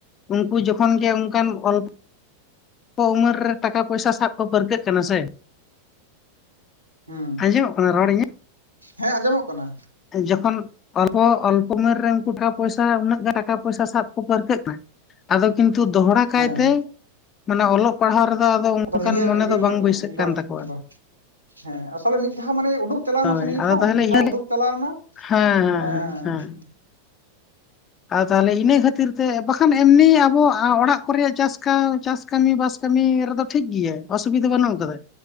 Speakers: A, on the left; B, on the right.
A: ᱩᱱᱠᱩ ᱡᱚᱠᱷᱚᱱ ᱜᱮ ᱚᱱᱠᱟᱱ ᱚᱞ ᱠᱚ ᱩᱢᱮᱨ ᱨᱮ ᱴᱟᱠᱟ ᱯᱚᱭᱥᱟ ᱥᱟᱵ ᱠᱚ ᱯᱟᱹᱨᱠᱟᱹᱜ ᱠᱟᱱᱟ ᱥᱮ᱾
B: ᱦᱩᱸ
A: ᱟᱸᱡᱚᱢᱚᱜ ᱠᱟᱱᱟ ᱨᱚᱲ ᱤᱧᱟᱹᱜ?
B: ᱦᱮᱸ ᱟᱸᱡᱚᱢᱚᱜ ᱠᱟᱱᱟ᱾
A: ᱡᱚᱠᱷᱚᱱ ᱚᱞᱯᱚ ᱚᱞᱯᱚ ᱩᱢᱮᱨ ᱨᱮ ᱩᱱᱠᱩ ᱴᱟᱠᱟ ᱯᱚᱭᱥᱟ ᱩᱱᱟᱹᱜ ᱜᱟᱱ ᱴᱟᱠᱟ ᱯᱚᱭᱥᱟ ᱥᱟᱵ ᱠᱚ ᱯᱟᱹᱨᱠᱟᱹᱜ ᱟᱭ᱾ ᱟᱫᱚ ᱠᱤᱱᱛᱩ ᱫᱚᱦᱲᱟ ᱠᱟᱭᱛᱮ
B: ᱦᱮᱸ
A: ᱢᱟᱱᱮ ᱚᱞᱚᱜ ᱯᱟᱲᱦᱟᱣ ᱨᱮᱫᱚ ᱟᱫᱚ ᱚᱱᱠᱟᱱ
B: ᱱᱤᱭᱟᱹ
A: ᱢᱚᱱᱮ
B: ᱤᱭᱟᱹ
A: ᱫᱚ
B: ᱨᱮᱫᱚ
A: ᱵᱟᱝ ᱵᱟᱹᱭᱥᱟᱹᱜ ᱠᱟᱱ
B: ᱵᱟ
A: ᱛᱟᱠᱚᱣᱟ᱾
B: ᱵᱟ ᱦᱮᱸ ᱟᱥᱚᱞᱮ ᱢᱤᱫ ᱫᱷᱟᱣ ᱢᱟᱱᱮ ᱩᱰᱩᱠ ᱪᱟᱞᱟᱣᱱᱟ
A: ᱦᱳᱭ
B: ᱱᱤᱛ
A: ᱟᱫᱚ
B: ᱦᱚᱸ
A: ᱛᱟᱦᱚᱞᱮ
B: ᱢᱤᱫ ᱫᱷᱟᱣ
A: ᱤᱧ ᱦᱮᱸ
B: ᱩᱰᱩᱠ ᱪᱟᱞᱟᱣᱱᱟ ᱦᱮᱸᱻᱦᱮᱸ
A: ᱦᱮᱸ ᱦᱮᱸ ᱦᱮᱸ ᱟᱨ ᱛᱟᱦᱚᱞᱮ ᱤᱱᱟᱹ ᱠᱷᱟᱹᱛᱤᱨ ᱛᱮ ᱵᱟᱠᱷᱟᱱ ᱮᱢᱱᱤ ᱟᱵᱚ ᱚᱲᱟᱜ ᱠᱚᱨᱮ ᱪᱟᱥ ᱪᱟᱥ ᱠᱟᱹᱢᱤ ᱵᱟᱥ ᱠᱟᱹᱢᱤ ᱨᱮᱫᱚ ᱴᱷᱤᱠ ᱜᱮᱭᱟ ᱚᱥᱩᱵᱤᱫᱷᱟ ᱵᱟᱹᱱᱩᱜ ᱟᱠᱟᱫᱟ